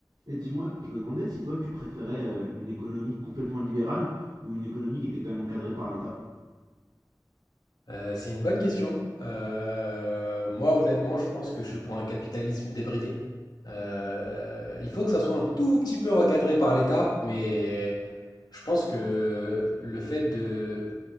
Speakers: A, on the right; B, on the left.
A: Et dis-moi, je me demandais si toi tu préférais euh, une économie complètement libérale ou une économie qui était quand même encadrée par l'État.
B: Euh, c'est une bonne question. Euh, moi, honnêtement, je pense que je suis pour un capitalisme débridé. Euh, il faut que ça soit un tout petit peu encadré par l'État, mais je pense que le fait de...